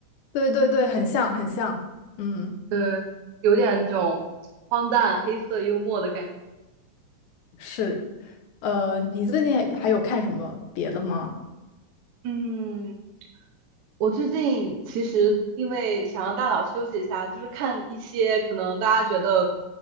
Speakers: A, on the left; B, on the right.
A: 对对对，很像很像，嗯，
B: 对，有点那种荒诞、黑色幽默的感觉。
A: 是。呃，你最近还有看什么别的吗？
B: 嗯，我最近其实因为想让大脑休息一下，就是看一些可能大家觉得